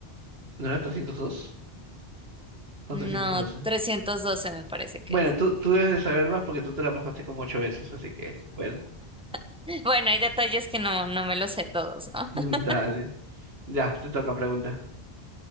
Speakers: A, on the right; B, in the centre.
A: ¿No era 302 o
B: No,
A: trescientos doce?
B: 312 me parece que
A: Bueno,
B: es.
A: tú, tú debes de saber más porque tú te la pasaste como ocho veces, así que, bueno,
B: <laughs> Bueno, hay detalles que no, no me los sé todos,
A: <laughs>
B: ¿no? <laughs>
A: dale. Ya, te toca pregunta.